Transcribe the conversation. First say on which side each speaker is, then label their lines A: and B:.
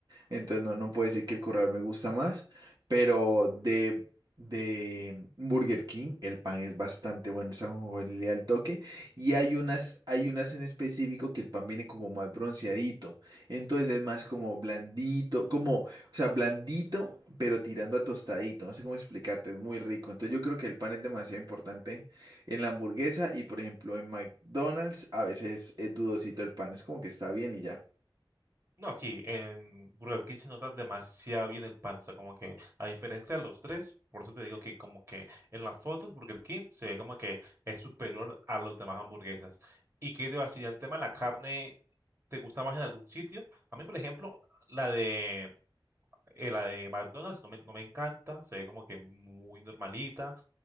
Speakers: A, on the right; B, on the right.
A: Entonces no, no puedo decir que el Corral me gusta más, pero de, de Burger King el pan es bastante bueno, o sea, le da el toque y hay unas, hay unas en específico que el pan viene como más bronceadito. Entonces es más como blandito, como, o sea, blandito, pero tirando a tostadito. No sé cómo explicarte, es muy rico. Entonces yo creo que el pan es demasiado importante en la hamburguesa y, por ejemplo, en McDonald's a veces es dudosito el pan. Es como que está bien y ya.
B: No, sí, en Burger King se nota demasiado bien el pan, o sea, como que a diferencia de los tres, por eso te digo que como que en las fotos Burger King se ve como que es superior a los demás hamburguesas. ¿Y qué te va a decir? El tema de la carne, ¿te gusta más en algún sitio? A mí, por ejemplo, la de, eh, la de McDonald's no me, no me encanta, se ve como que muy normalita,